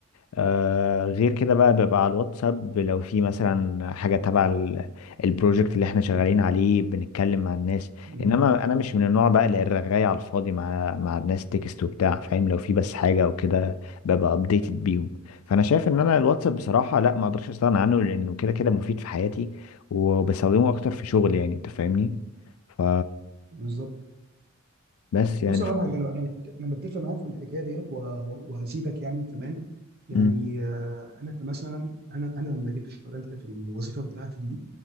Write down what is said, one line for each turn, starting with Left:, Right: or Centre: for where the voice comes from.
Left: آه غير كده بقى بيبقى على الواتساب لو في مثلا حاجة تبع ال- البروجكت اللي احنا شغالين عليه بنتكلم مع الناس
Right: امم
Left: انما انا مش من النوع بقى اللي الرغاية على الفاضي مع مع الناس تكست وبتاع فاهم لو في بس حاجة او كده ببقى ابديتد بيهم فانا شايف ان انا الواتساب بصراحة لا ما اقدرش استغنى عنه لانه كده كده مفيد في حياتي وبستخدمه اكتر في شغل يعني انت فاهمني ف
Right: بالظبط
Left: بس يعني
Right: بص انا
Left: ف...
Right: أقول لك حاجه انا انا مت- أنا متفق معاك في الحكايه ديت و- و- وهزيدك يعني كمان يعني
Left: م-
Right: آه، انا كمثلا انا انا لما جيت اشتغلت في الوظيفه بتاعتي دي